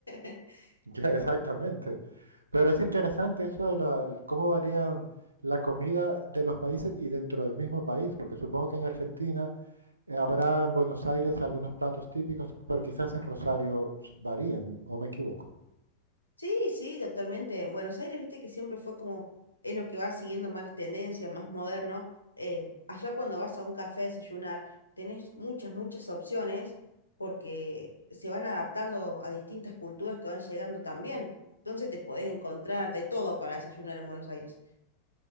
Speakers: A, on the left; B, on the right.
A: <laughs>
B: Ya, exactamente. Pero es interesante eso de la- el- cómo varían la comida de los países y dentro del mismo país, porque supongo que en Argentina Eh, Habrá en Buenos Aires algunos platos típicos, pero quizás en Rosario varían, o me equivoco.
A: Sí, sí, totalmente. En Buenos Aires, viste que siempre fue como, es lo que va siguiendo más tendencias, más moderno. Eh, allá cuando vas a un café a desayunar, tenés muchas, muchas opciones porque se van adaptando a distintas culturas que van llegando también. Entonces te podés encontrar de todo para desayunar en Buenos Aires.